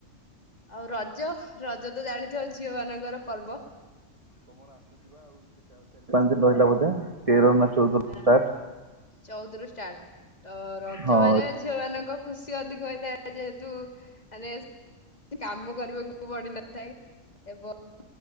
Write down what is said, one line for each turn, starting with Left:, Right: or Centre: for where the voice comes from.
Left: ଆଉ ରଜ, ରଜ ତ ଜାଣିଥିବ ଝିଅ ମାନଙ୍କର ପର୍ବ।
Right: ଦିନ୍ ରହିଲା ବୋଧେ ତେର ନା ଚଉଦ ରୁ
Left: ଏଁ
Right: ଷ୍ଟାର୍ଟ
Left: ଚଉଦରୁ ଷ୍ଟାର୍ଟ, ତ ରଜ
Right: ହଁ
Left: ମାନେ ଝିଅମାନଙ୍କ ଖୁସ୍ ସିଂ ଅଧିକ ହୋଇଥାଏ ଯେହେତୁ ମାନେ କାମ କରିବାକୁ ପଡିିନଥାଏ ଏବଂ